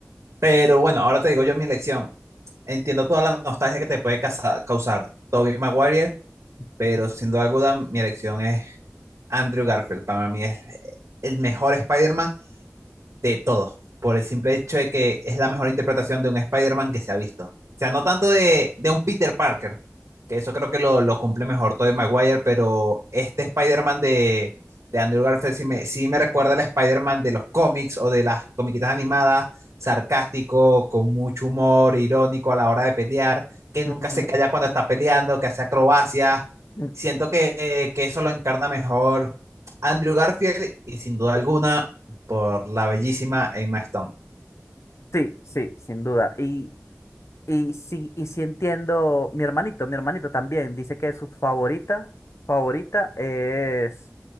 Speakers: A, on the right; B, on the left.
A: Pero bueno, ahora te digo yo mi elección. Entiendo toda la nostalgia que te puede casa- causar Tobey Maguire,
B: Ujú,
A: pero sin duda alguna mi elección es Andrew Garfield. Para mí es el mejor Spider-Man de todo, por el simple hecho de que es la mejor interpretación de un Spider-Man que se ha visto. O sea, no tanto de, de un Peter Parker, que eso creo que lo, lo cumple mejor Tobey Maguire, pero este Spider-Man de, de Andrew Garfield sí me, sí me recuerda al Spider-Man de los cómics o de las comiquitas animadas, sarcástico, con mucho humor, irónico a la hora de pelear, que nunca
B: ujú.
A: se calla cuando está peleando, que hace acrobacias.
B: Mm,
A: Siento que, eh, que eso lo encarna mejor Andrew Garfield y sin duda alguna por la bellísima Emma Stone.
B: Sí, sí, sin duda. Y Y sí, y sí entiendo, mi hermanito, mi hermanito también dice que su favorita, favorita es